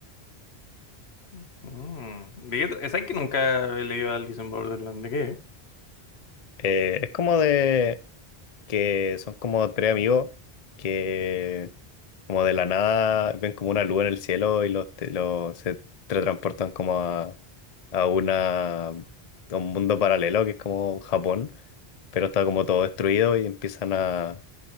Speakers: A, on the left (about 80°); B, on the left (about 45°).
A: Mm, ¿De qué tra- ¿Sabes que nunca he leído Alice in Borderland? ¿De qué?
B: Eh, es como de que son como tres amigos que como de la nada ven como una luz en el cielo y los, te- los se teletransportan como a, a una a un mundo paralelo que es como Japón, pero está como todo destruido y empiezan a